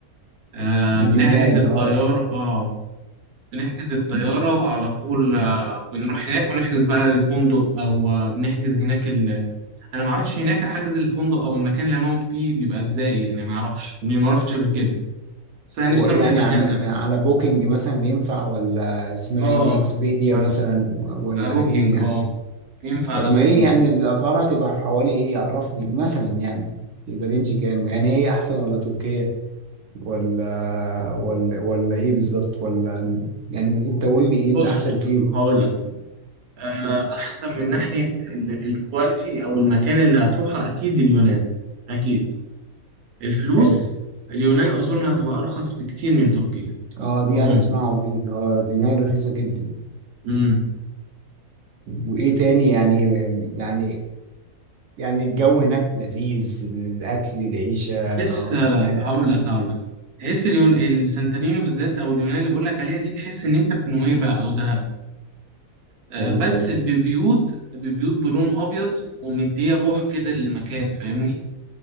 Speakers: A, on the right; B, on the right.
A: آه،
B: لليونان
A: بنحجز الطيارة
B: اه
A: آه بنحجز الطيارة وعلى طول آه، بنروح هناك ونحجز بقى الفندق أو آه، بنحجز هناك ال... أنا معرفش هناك حجز الفندق أو المكان اللي هنقعد فيه بيبقى إزاي يعني معرفش ما روحتش قبل كده بس أنا نفسي
B: هو ايه
A: أروح
B: يعني
A: المكان
B: عم-
A: ده
B: على بوكينج مثلا ينفع ولا اسمها
A: اه
B: ايه دي اكسبيديا
A: على
B: مثلا ولا
A: على بوكينج
B: ايه يعني
A: اه ينفع
B: طب
A: على
B: ما
A: بوكينج
B: ايه يعني الاسعار هتبقى حوالي ايه عرفني مثلا يعني يبقى رينج كام يعني هي احسن ولا تركيا ولا ولا ولا ايه بالظبط ولا يعني انت قول لي ايه
A: بص
B: الاحسن فيه
A: هقول لك آه، احسن من ناحيه ال- الكواليتي او المكان اللي هتروحه اكيد اليونان اكيد الفلوس
B: حلو
A: اليونان اظن هتبقى ارخص بكتير من تركيا
B: اه دي
A: اظن
B: انا اسمعها ودي اه دي نار رخيصه جدا
A: امم
B: وايه تاني يعني يعني يعني الجو هناك لذيذ الاكل العيشه
A: بس آه،
B: يعني
A: هقول
B: انا
A: لك هقول لك تحس اليون السانتورينو بالذات او اليونان اللي بقول لك عليها دي تحس ان انت في نويبع او دهب آه،
B: حلو
A: بس
B: قوي
A: ببيوت ببيوت بلون ابيض ومديه روح كده للمكان فاهمني